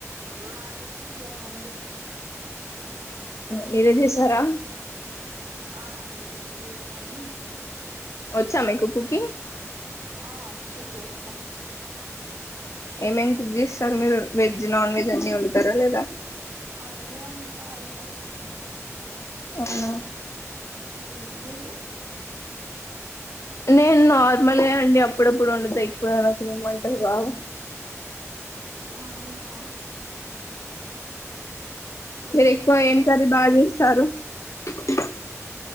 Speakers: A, on the right (about 80°); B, on the left (about 65°).
A: మాది చికెన్ అండి.
B: మీరే చేసారా
A: ఆ మిమి నేన్ చేసాను.
B: వచ్చా మీకు కుకింగ్
A: ఆ చ్చు చేస్ త్త
B: ఏమేం కుక్ చేస్సారు మీరు వెజ్, నాన్ వె చట్నివండుతారలేేదా
A: అన్నీ వండ్ ఆల్మోస్ట్
B: అవునా
A: హు, మీరు
B: నేను నార్మలే అండి అప్పుడప్పుడు వండుత ఎక్కువ నాకు వంటల్ రావు.
A: ఔనా.
B: మీరు
A: స్వీట్
B: ఎక్కువుగ
A: ఎక్కువ
B: ఏం కర్రీ బా చేస్సారు. పటికా